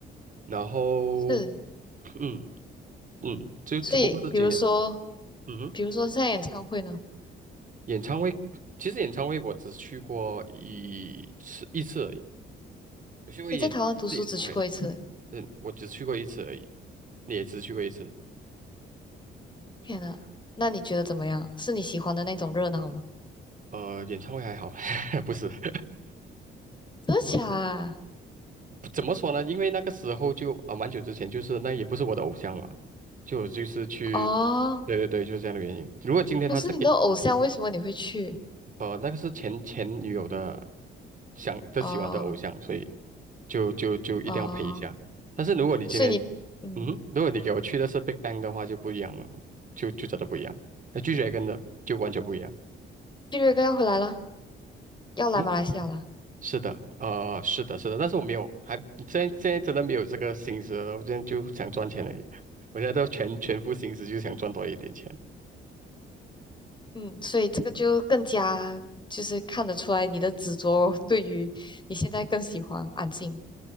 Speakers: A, on the right (about 40°); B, on the left (about 25°).
A: 然后
B: 是。
A: <clears throat> 嗯嗯，就只不过是今年不一样。
B: 所以，比如说，
A: 嗯哼。
B: 比如说像演唱会呢，
A: 演唱会，其实演唱会我只去过一次一次而已，我去过演一次演唱会，
B: 你在台湾读书只去过一次，
A: 嗯，我只去过一次而已，你也只去过一次，
B: 天呐，那你觉得怎么样？是你喜欢的那种热闹吗？
A: 呃，演唱会还好，<laughs> 不是，<laughs>
B: 真的假啊？
A: 怎么说呢？因为那个时候就啊、呃蛮久之前，就是那也不是我的偶像嘛，就就是去，
B: 哦，
A: 对对对，就是这样的原因。如果今天他是给。
B: 不是你的偶像，为什么你会去？
A: 呃，那个是前前女友的想的喜欢的偶像，
B: 哦
A: 所以就就就一定要陪一下。
B: 哦，
A: 但是如果你今天，
B: 所以你，嗯，
A: 嗯哼，如果你给我去的是 Big Bang 的话，就不一样了，就就真的不一样。那拒绝跟的就完全不一样。
B: 毕瑞哥要回来了，要来马来西亚了，
A: 嗯，是的，呃，是的，是的，但是我没有，还现在现在真的没有这个心思了我现在就想赚钱而已。我现在都全全副心思，就想赚多一点钱。
B: 嗯，所以这个就更加就是看得出来你的执着，对于你现在更喜欢安静